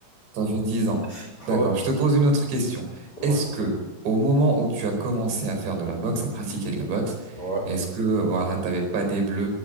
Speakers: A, on the right; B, on the left.
A: Ça fait dix ans.
B: <laughs>
A: D'accord.
B: Ouais,
A: Je te pose une autre question.
B: voilà.
A: Est-ce que, au moment où tu as commencé à faire de la boxe, à pratiquer de la boxe,
B: Ouais.
A: est-ce que, euh, voilà, t'avais pas des bleus,